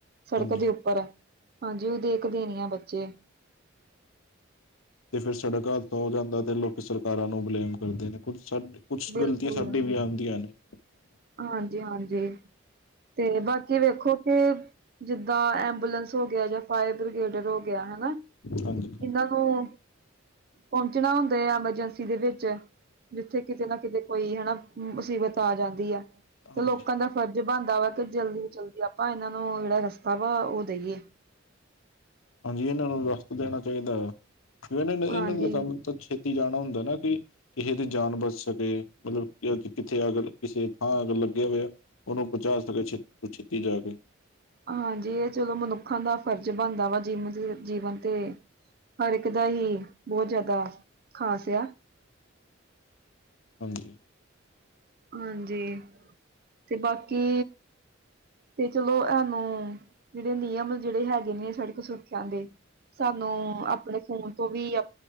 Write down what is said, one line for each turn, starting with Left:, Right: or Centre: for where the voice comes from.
Right: ਸੜਕ
Left: ਹਾਂਜੀ
Right: ਦੇ ਉੱਪਰ ਹਾਂਜੀ ਉਹ ਦੇਖਦੇ ਨੀ ਆ ਬੱਚੇ।
Left: ਤੇ ਫੇਰ ਸਾਡਾ ਘਰ ਹੋ ਜਾਂਦਾ ਤੇ ਲੋਕ। ਸਰਕਾਰਾਂ ਨੂੰ ਬਲੇਮ ਕਰਦੇ ਨੇ ਕੁਝ ਸਾਡ ਕੁਝ
Right: ਬਿਲਕੁਲ
Left: ਗਲਤੀਆਂ ਸਾਡੀ ਵੀ ਆਉਂਦੀਆਂ ਨੇ।
Right: ਹਾਂਜੀ ਹਾਂਜੀ ਤੇ ਬਾਕੀ ਵੇਖੋ ਕੇ। ਜਿੱਦਾਂ ਐਬੂਲੈਂਸ ਹੋ ਗਿਆ ਜਾਂ ਫਾਇਰ ਬ੍ਰਿਗੇਡ ਹੋ ਗਿਆ ਹੈ ਨਾ।
Left: ਹਾਂਜੀ।
Right: ਇਹਨਾਂ ਨੂੰ ਪਹੁੰਚਣਾ ਹੁੰਦਾ ਆ ਐਮਰਜੈਂਸੀ ਦੇ ਵਿੱਚ। ਜਿੱਥੇ ਕਿਤੇ ਨਾ ਕਿਤੇ ਕੋਈ ਹੈ ਨਾ ਮੁਸੀਬਤ ਆ ਜਾਂਦੀ ਹੈ ਤੇ
Left: ਹਾਂਜੀ
Right: ਲੋਕਾਂ ਦਾ ਫਰਜ਼। ਜੇ ਬਣਦਾ ਵਾ ਕਿ ਜਲਦੀ ਜਲਦੀ ਆਪਾਂ ਇਹਨਾਂ ਨੂੰ ਜਿਹੜਾ ਰਸਤਾ ਵਾ ਉਹ ਦੇਈਏ।
Left: ਹਾਂਜੀ ਇਹਨਾਂ ਨੂੰ ਵਿਸ ਦੇਣਾ ਚਾਹੀਦਾ ਵ ਇਹਨਾਂ ਨੇ
Right: ਹਾਂਜੀ
Left: ਇਹਨਾਂ ਦਾ ਸਾਨੂੰ ਛ ਜਾਣਾ ਹੁੰਦਾ ਨਾ ਕਿ ਕਿਸੇ ਦੀ ਜਾਨ ਬਚ ਸਕੇ, ਮਤਲਬ ਕਿੱਥੇ ਅਗਰ ਕਿਸੇ ਥਾਂ ਅਗਰ ਲੱਗਿਆ ਹੋਇਆ ਉਹਨੂੰ ਪਹੁੰਚਾ ਸਕੇ ਛੇਤੀ ਤੋਂ ਛੇਤੀ ਜਾ ਕੇ।
Right: ਹਾਂਜੀ ਇਹ ਚਲੋ ਮਨੁੱਖਾਂ ਦਾ ਫ਼ਰਜ਼ ਬਣਦਾ ਵਾ ਜੀਵਨ ਜੀਵਨ ਤੇ ਹਰ ਇੱਕ ਦਾ ਹੀ ਬਹੁਤ ਜ਼ਿਆਦਾ, ਖ਼ਾਸ ਆ।
Left: ਹਾਂਜੀ
Right: ਹਾਂਜੀ, ਤੇ ਬਾਕੀ ਤੇ ਚਲੋ ਇਹਨੂੰ ਜਿਹੜੇ ਨਿਯਮ ਜਿਹੜੇ ਹੈਗੇ ਸੜਕ ਸੁਰੱਖੀਆਂ ਦੇ, ਸਾਨੂੰ ਆਪਣੇ ਫੋਨ ਤੋਂ ਵੀ ਅ